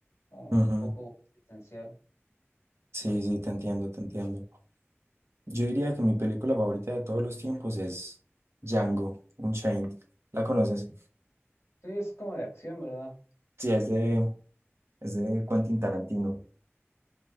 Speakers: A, on the left; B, on the right.
A: O un
B: Ujú.
A: poco existencial.
B: Sí, sí, te entiendo, te entiendo. Yo diría que mi película favorita de todos los tiempos es Django Unchained. ¿La conoces?
A: Sí, es como de acción, ¿verdad?
B: Sí, es de, es de Quentin Tarantino.